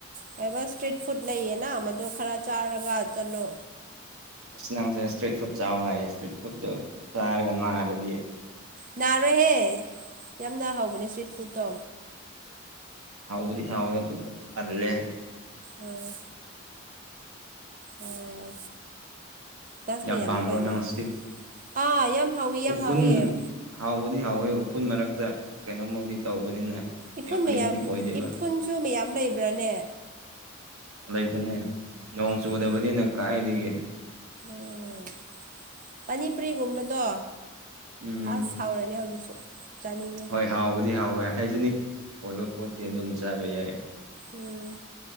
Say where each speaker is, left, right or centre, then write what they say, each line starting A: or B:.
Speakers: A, on the right (about 40°); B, on the right (about 85°).
A: ꯀꯩꯕ ꯏꯁꯇ꯭ꯔꯤꯠ ꯐꯨꯗ ꯂꯩꯌꯦꯅ ꯃꯗꯣ ꯈꯔ ꯆꯥꯔꯒ ꯆꯠꯂꯣ꯫
B: ꯑꯁ ꯅꯪꯁꯦ ꯏꯁꯇ꯭ꯔꯤꯠ ꯐꯨꯗ ꯆꯥꯎꯑꯣ ꯍꯥꯏꯌꯦ ꯏꯁꯇ꯭ꯔꯤꯠ ꯐꯨꯠꯇꯨ ꯆꯥꯔꯒ ꯅꯔꯗꯤ꯫
A: ꯅꯥꯔꯣꯏꯍꯦ ꯌꯥꯝꯅ ꯍꯥꯎꯕꯅꯦ ꯏꯁ꯭ꯇ꯭ꯔꯤꯠ ꯐꯨꯠꯇꯣ꯫
B: ꯍꯥꯎꯕꯗꯤ ꯍꯥꯎꯋꯦ ꯑꯗꯨ ꯇꯥꯜꯂꯦ꯫
A: ꯎꯝ ꯑꯥ꯫ ꯗꯁ
B: ꯌꯥꯝ
A: ꯃꯌꯥꯝꯅ
B: ꯄꯥꯝꯕ꯭ꯔꯣ
A: ꯀꯥꯏꯅ
B: ꯅꯪ ꯏꯁꯇ꯭ꯔꯤꯠ
A: ꯑꯥ ꯌꯥꯝ ꯍꯥꯎꯋꯤ ꯌꯥꯝ
B: ꯎꯐꯨꯟ
A: ꯍꯥꯎꯋꯤ ꯑꯥ
B: ꯍꯥꯎꯕꯗꯤ ꯍꯥꯎꯋꯦ ꯎꯐꯨꯜ ꯃꯔꯛꯇ꯫ ꯀꯩꯅꯣꯝꯃꯣꯏꯗꯤ ꯇꯧꯕꯅꯤꯅ
A: ꯏꯐꯨꯟ
B: ꯌꯥꯝ ꯍꯥꯏꯖꯤꯅꯤꯛ
A: ꯃꯌꯥꯝ
B: ꯑꯣꯏꯗꯦꯕ꯫
A: ꯏꯐꯨꯟꯁꯨ ꯃꯌꯥꯝ ꯂꯩꯕ꯭ꯔꯥꯅꯦ
B: ꯂꯩꯕꯅꯦ ꯅꯣꯡ ꯆꯨꯗꯕꯅꯤꯅ
A: ꯎꯝ
B: ꯀꯥꯏꯗꯒꯤ꯫
A: ꯎꯝ ꯄꯅꯤꯄꯔꯤꯒꯨꯝꯕꯗꯣ꯫
B: ꯎꯝ
A: ꯑꯁ ꯍꯥꯎꯔꯅꯤ ꯍꯧꯖꯤꯛꯁꯨ ꯆꯅꯤꯡꯉꯤ꯫
B: ꯑ ꯍꯥꯎꯕꯗꯤ ꯍꯥꯎꯋꯦ ꯍꯥꯏꯖꯤꯅꯤꯛ ꯑꯣꯏꯕ ꯄꯣꯠꯇꯤ ꯑꯗꯨꯝ ꯆꯥꯕ ꯌꯥꯏ꯫
A: ꯎꯝ